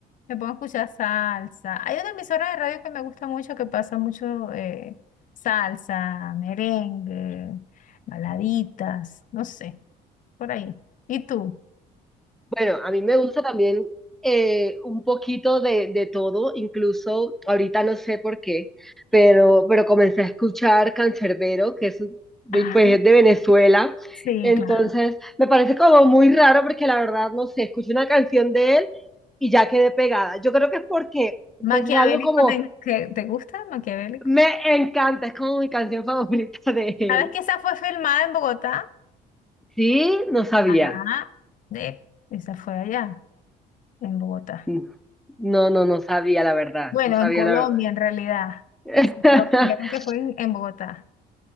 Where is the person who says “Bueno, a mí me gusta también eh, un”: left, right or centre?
Centre